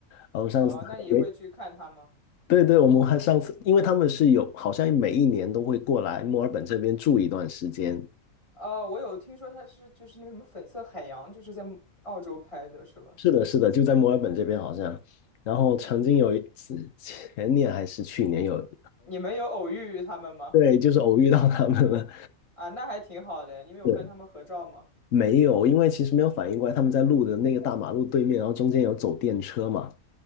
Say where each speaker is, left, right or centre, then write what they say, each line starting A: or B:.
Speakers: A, on the left (about 70°); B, on the left (about 20°).
A: 然后上次还也
B: 哦，那你会去看他吗？
A: 对对，我们还上次，因为他们是有，好像每一年都会过来墨尔本这边住一段时间。
B: 哦，我有听说他是就是那个什么《粉色海洋》，就是在澳洲拍的，是吧？
A: 是的，是的，就在墨尔本这边好像。然后曾经有一次，前年还是去年有，
B: 你们有偶遇他们吗？
A: 对，就是偶遇到他们了。
B: 啊，那还挺好的。你们有跟他们合照吗？
A: 是没有，因为其实没有反应过来，他们在路的那个大马路对面，然后中间有走电车嘛。